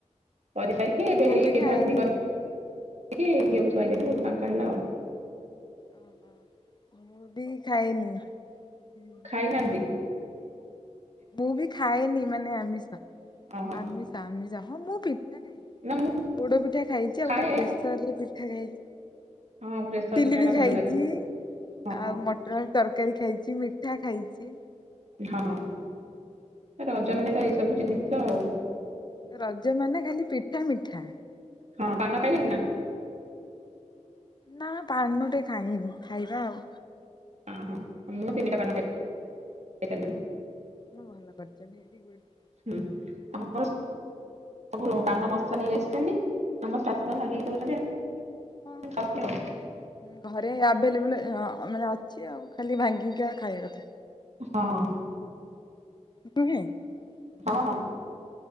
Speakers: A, on the right (about 60°); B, on the left (about 35°).
A: କରି ସାରିକି ଏବେ
B: ମୁଁ
A: ଏଇ
B: ବି
A: ପିନ୍ଧା
B: ଖାଏନି।
A: ପିନ୍ଧି କରି କି ଝିଅକୁ ଶୁଆଇଦେଲି, ଏଇଠି ଫାଙ୍କା ହେଲା ଆଉ।
B: ଓହୋ। ମୁଁ ବି ଖାଇନି, ହୁଁ।
A: ଖାଇନାହାଁନ୍ତି?
B: ମୁଁ ବି ଖାଏନି ମାନେ ଆମିଷ।
A: ଓହୋ
B: ଆମିଷ ଆମିଷ, ହଁ ମୁଁ ପି ପିଠା ଖାଏ।
A: ନା ମୁଁ
B: ପୋଡ ପିଠା ଖାଇଛି ଆଉ
A: ଖାଏ
B: ଗୋଟେ ପ୍ରେସରରେ ପିଠା ଖାଇ
A: ହଁ ପ୍ରେସର
B: ଇଟିଲି
A: ପିଠା
B: ବି
A: ଟା ଭଲ
B: ଖାଇଛି
A: ଲାଗେ ହଁ
B: ଆଉ ମଟର ଆଳୁ ତରକାରୀ ଖାଇଛି, ମିଠା ଖାଇଛି
A: ହଁ। ଆ ରଜମାନେ ତ ଏଇ ସବୁ ଜିନିଷ ଆଉ।
B: ଏ ରଜ ମାନେ ଖାଲି ପିଠା, ମିଠା।
A: ହଁ, ପାନ ଖାଇଲେଣିି ନା?
B: ନା ପାନଟେ ଖାଇନି, ଖାଇବା ଆଉ।
A: ଅ ହଁ। ମୁଁ ତିନିଟା ପାନ ଖାଇ ଖାଇସାରିଲିଣି।
B: ହଁ ଭଲ କରିଚ। Very good.
A: ହୁଁ, ଆମର ସବୁ ପାନ ମସ ନେଇ ଆସିଛନ୍ତି ଆମ ଶାଶୂମାନେ ଭାଙ୍ଗିକି ଦଉଚନ୍ତି,
B: ହଁ
A: ମୁଁ ଖାଉଚି ଆଉ।
B: ହଁ, ଘରେ ଆଭେଲେବୁଲ୍ ଅ ମାନେ ଅଛି ଆଉ ଖାଲି ଭାଙ୍ଗିକି ଖାଇବା କଥା।
A: ହଁ।
B: <unintelligible> ଉଁ
A: ହଁ
B: ହୁଁ।
A: ହଁ